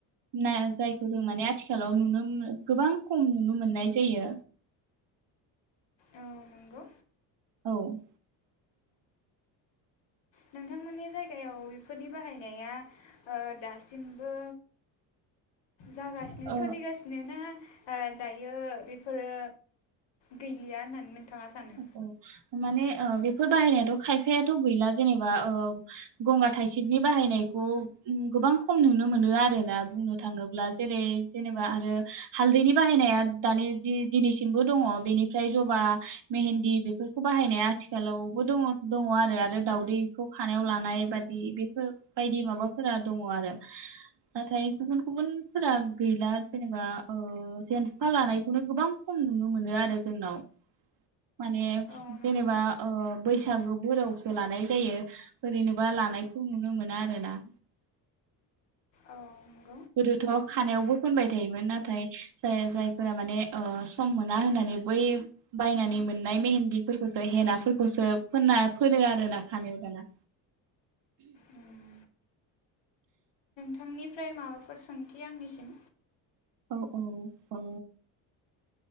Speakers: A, on the right; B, on the left.
A: नाय जायखौ जों माने आथिखालाव नुनो मोन गोबां खम नुनो मोननाय जायो।
B: औ नंगौ
A: औ।
B: नोंथांमोननि जायगायाव बेफोरनि बाहायनाया ओह दासिमबो जागासिनो
A: ओ
B: सोलिगासिनो ना ओह दायो बेफोरो गैलिया होननानै नोंथ थाङा सानो
A: औ माने ओ बेफोर बाहायनायाथ खायफायाथ गैला जेनेबा ओ गंगार थाइसेबनि बाहायनायखौ गोबां खम नुनो मोन नो आरोना बुंनोथ थाङोब्ला जेरै जेनेबा आरो हालदैनि बाहायनाया दानि दि- दिनैसिमबो दङ बेनिफ्राय जबा। मेहेन्दि बेफोरखौ बाहायनाया आथिखालावबो दङ दङ आरो आरो दावदैखौ खानायाव लानाय बादि बेफोरबायायदि माबाफोरा दङ आरो नाथाय गुबुन गुबुनफोरा गैला जेनेबा ओ जेनथखा लानायखौनो गोबां खम नुनो मोनो आरो जोंनाव। माने
B: औ नंगौ।
A: जेनेबा ओ बैस बैसागो बोरावसो लानाय जायो ओरैनोबा लानायखौ नुनो मोना आरो ना।
B: औ नोंग
A: गोदोथ खानायावबो फोनबाय थायोमोन नाथाय जाया जायफोरा माने ओ सम मोना होननानै बै बायनानै मोननाय मेहेन्दिफोरखौसो हेनाफोरखौसो फोनना फोनो आरो ना खानायाव दाना।
B: उम नोंथांनिफ्राय माबाफोर सोंथि आंनिसिम।
A: औ औ ओ